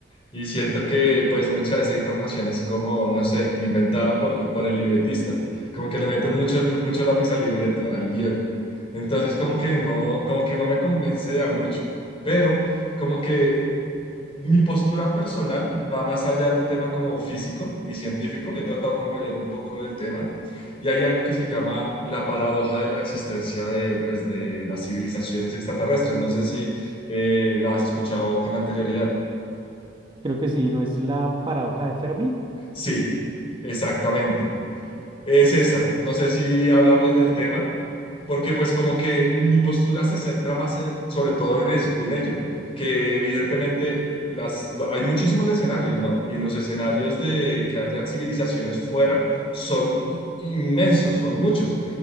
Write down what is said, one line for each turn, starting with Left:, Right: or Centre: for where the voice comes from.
Left: y siento que, pues, mucha de esa información es como, no sé, inventada por, por el libretista, como que le meten mucho, mucho lápiz al libreto, al guión. Entonces, como que no, como que no me convence de a mucho, pero como que Mi postura personal va más allá en el tema como físico y científico. He tratado como de leer un poco del tema y hay algo que se llama la paradoja de la existencia de, pues, de las civilizaciones extraterrestres. No sé si eh, la has escuchado con anterioridad.
Right: Creo que sí, ¿no es la paradoja de Fermi?
Left: Sí, exactamente. Es esa. No sé si hablamos del tema. porque pues como que mi postura se centra más en- sobre todo en ello, en ello, que evidentemente las, lo- hay muchísimos escenarios, ¿no? Y los escenarios de que hayan civilizaciones fuera son i- inmensos, son muchos,